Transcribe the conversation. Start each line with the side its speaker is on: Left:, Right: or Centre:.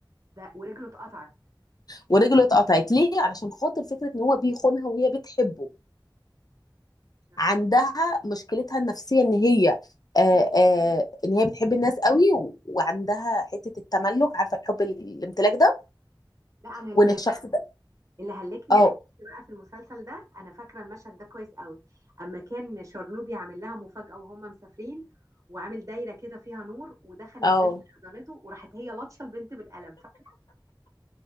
Right: ده ورجله اتقطعت
Left: ورجله اتقطعت ليه علشان خاطر فكرة ان هو بيخونها وهي بتحبه
Right: يا نهار
Left: عندها
Right: أبيض.
Left: مشكلتها النفسية ان هي آه آه ان هي بتحب الناس قوي وعندها حتة التملك عارفة الحب الامتلاك ده
Right: لا أنا
Left: وان الشخص ده
Right: اللي هلكني
Left: اه
Right: من الضحك بقى في المسلسل ده انا فاكره المشهد ده كويس قوي اما كان شرنوبي عامل لها مفاجاه وهم مسافرين وعامل دايره كده فيها نور ودخلت
Left: اه
Right: بنت حضنته وراحت هي لطشه البنت بالقلم فاكره